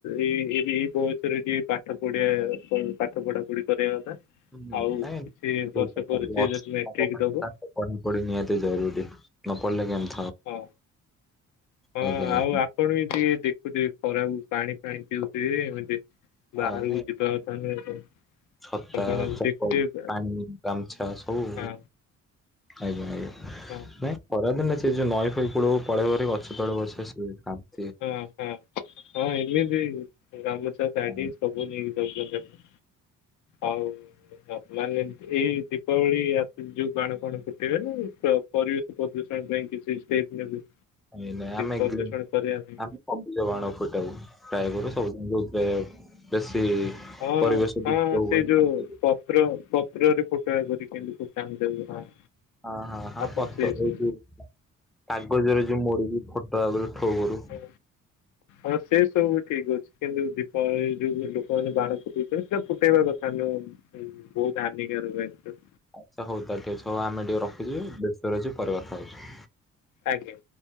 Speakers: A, on the left; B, in the centre.
A: ଏଇ ଏବି ଏଇ ବୟସରେ ଟିକେ ପାଠ ପଢିଆ ପଇଁ ପାଠ ପଢା ପଢି କରିବା କଥା
B: ହୁଁ
A: ଆଉ
B: ନାଇଁ
A: କିଛି
B: ଠିକ୍
A: ବର୍ଷ
B: କଥା
A: ପରେ ସେ
B: ଅଷ୍ଟମ
A: ଯଦି ମେଟ୍ରିକ
B: ନବମ ହେଲା
A: ଦବ।
B: ତ ପଢାପଢି ନିହାତି ଜରୁରୀ ନ ପଢ଼ିଲେ କେମତି
A: ହଁ ହଁ
B: ଆଜ୍ଞା ଆଜ୍ଞା
A: ଆଉ ଆପ ଆପଣ ବି ଟିକେ ଦେଖୁଥିବେ ଖରାକୁ ପାଣି ଫାଣି ପିଉଥିବେ ଏମିତି
B: ହଁ
A: ବାହାରକୁ
B: ନାଇଁ
A: ଯିବା କଥା ନୁହେଁ।
B: ଛତା,
A: ଆପଣ
B: ଚପଲ,
A: ଦେଖିଥିବେ
B: ପାଣି, ଗାମଛା ସବୁ
A: ହଁ
B: ଆଜ୍ଞା ଆଜ୍ଞା
A: ହଁ
B: ନାଇଁ ଖରାଦିନ ସେ ଯୋଉ ନଈ ଫଇ କୂଳକୁ ପଳେଇ ହେରି ଗଛ ତଳେ ବସିବ ସେ
A: ହଁ ହଁ ହଁ ଏମିତି ଗାମୁଛା ଶାଢୀ
B: ହଁ
A: ସବୁ। ସବୁ ନେଇକି ଯାଉଛନ୍ତି ଆଉ ମାନେ ଏଇ ଦୀପାବଳି ଆସୁଚି ଯୋଉ ବାଣ ଫାଣ ଫୁଟିଇବେ ନା ପ୍ର ପରିବେଶ ପ୍ରଦୂଷଣ ପାଇଁ କିଛି ଷ୍ଟେପ ନେବେ।
B: ଏ ନାଇଁ ଆମେ
A: ପ୍ରଦୂଷଣ
B: ଗ୍ଲୋବ
A: କରିବା ପାଇଁ
B: ସବୁଜ ବାଣ ଫୁଟାଉ ଟ୍ରାଏ କରୁ ସବୁ <inaudible> ବେଶୀ
A: ହଁ
B: ପରିବେଶ
A: ହଁ
B: ଦୂଷିତ ହୁଏନି
A: ସେ ଯୋଉ
B: ହଁ
A: ପପ ପତ୍ର ପତ୍ରରେ ଫୋଟକା କରି କେମିତି ଫୁଟାନ୍ତି ତାକୁ ହଁ।
B: ହଁ ହଁ ହଁ
A: ଆପଣ
B: ପତ୍ର
A: ସେ ସେ
B: ଏଇ ଯୋଉ କାଗଜରେ ଯୋଉ ମୋଡିିକ ଫୋଟୋକା କରୁ ଠୋ କରୁ।
A: ହ ହଁ ସେ ସବୁ ଠିକ୍ ଅଛି, କିନ୍ତୁ ଦୀପାବଳି ଯୋଉ ଲୋକମାନେ ବାଣ ଫୁଟେଇଛନ୍ତି। ସେଇଟା ଫୁଟେଇବା କଥା ନୁହଁ। ହୁଁ ବହୁତ୍ ହାନିକାରକ ଏର ସବୁ
B: ଆଚ୍ଛା ହଉ ତାହେଲେ ଠିକ ଅଛି। ହଉ ଆମେଟିକେ ରଖୁଛୁ ବ୍ୟସ୍ତରେ ଅଛୁ ପରେ କଥା ହଉଚୁ।
A: ଆଜ୍ଞା।